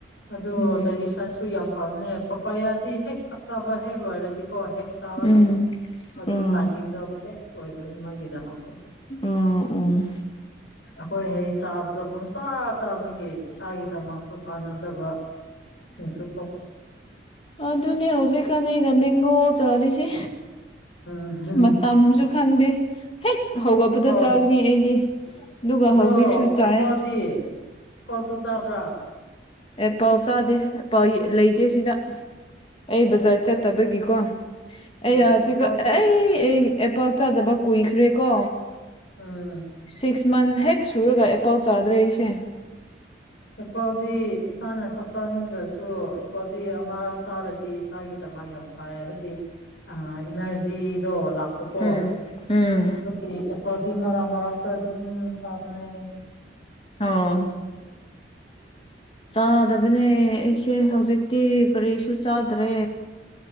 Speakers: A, on the left (about 80°); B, on the left (about 30°).
A: ꯑꯗꯨ
B: ꯎꯝ
A: ꯗ ꯁꯟꯁꯨ ꯌꯥꯝ ꯐꯕꯅꯦ ꯄꯄ ꯌꯥꯗꯤ ꯍꯦꯛ ꯆꯥꯛꯆꯥꯕ ꯍꯦꯛ ꯂꯣꯏꯔꯗꯤꯀꯣ ꯍꯦꯛ ꯆꯥꯒꯗꯕ
B: ꯎꯝ
A: ꯑꯗꯨ
B: ꯑꯣ
A: ꯇꯥꯏꯃꯤꯡꯗꯣ ꯕꯦꯁ ꯑꯣꯏꯕꯅꯦ ꯃꯒꯤꯗꯃꯁꯦ
B: ꯑꯣ ꯑꯣ
A: ꯑꯩꯈꯣꯏ ꯍꯩ ꯆꯥꯕꯗꯣ ꯄꯪꯆꯥꯥ ꯆꯥꯕꯒꯤ ꯏꯁꯥꯒꯤꯗꯃꯛꯁꯨ ꯀꯥꯟꯅꯗꯕ ꯁꯤꯡꯁꯨ ꯊꯣꯛ
B: ꯑꯗꯨꯅꯤ ꯍꯧꯖꯤꯛꯀꯥꯟꯅꯩꯅ ꯃꯦꯡꯒꯣ ꯆꯔꯤꯁꯤ
A: ꯎꯝ
B: ꯃꯇꯝꯁꯨ ꯈꯪꯗꯦ ꯍꯦꯛ ꯍꯧꯒꯠꯄꯗ
A: ꯑꯣ
B: ꯆꯥꯒꯅꯤ ꯑꯩꯗꯤ ꯑꯗꯨꯒ
A: ꯑꯗꯣ
B: ꯍꯧꯖꯤꯛꯁꯨ ꯆꯥꯏ
A: ꯑꯦꯄꯣꯜꯗꯤ ꯏꯄꯣꯁꯨ ꯆꯥꯕ꯭ꯔꯥ
B: ꯑꯦ ꯄꯥꯎ ꯆꯥꯗꯦ ꯄꯥꯎ ꯂꯩꯇꯦ ꯁꯤꯗ ꯑꯩ ꯕꯖꯥꯔ
A: ꯑꯣ
B: ꯆꯠꯇꯕꯒꯤꯀꯣ
A: ꯎꯝ
B: ꯑꯦꯖꯤ
A: ꯑꯦꯄꯜꯗꯤ
B: ꯑꯦ ꯑꯦꯄꯥ ꯆꯗꯕ ꯀꯨꯏꯈ꯭ꯔꯦ ꯀꯣ
A: ꯎꯝ
B: ꯁꯤꯛꯁ ꯃꯟ ꯍꯦꯛ ꯁꯨꯔꯒ ꯑꯦ ꯄꯥꯎ ꯆꯥꯗ꯭ꯔꯦ ꯑꯩꯁꯦ
A: ꯏꯄꯥꯜꯗꯤ ꯏꯁꯥꯅ ꯆꯥꯛ ꯆꯥꯅꯤꯡꯗ꯭ꯔꯁꯨ ꯏꯄꯥꯜꯗꯤ ꯑꯃꯔꯥ ꯆꯥꯔꯗꯤ ꯏꯁꯥꯒꯤꯗ ꯃꯥ ꯌꯥꯝ ꯐꯩ ꯍꯥꯏꯗꯤ ꯑ ꯏꯅꯔꯖꯤꯗꯣ ꯂꯥꯛꯄꯀꯣ
B: ꯎꯝ ꯎꯝ
A: ꯗꯤ ꯑꯦꯄꯜꯗꯤ ꯃꯔꯥ ꯃꯔꯛꯇ ꯑꯗꯨꯝ ꯆꯥꯕꯅꯦ
B: ꯑꯣ ꯆꯥꯗ ꯕꯅꯦ ꯑꯩꯁꯦ ꯍꯧꯖꯤꯛꯇꯤ ꯀꯔꯤꯁꯨ ꯆꯥꯗ꯭ꯔꯦ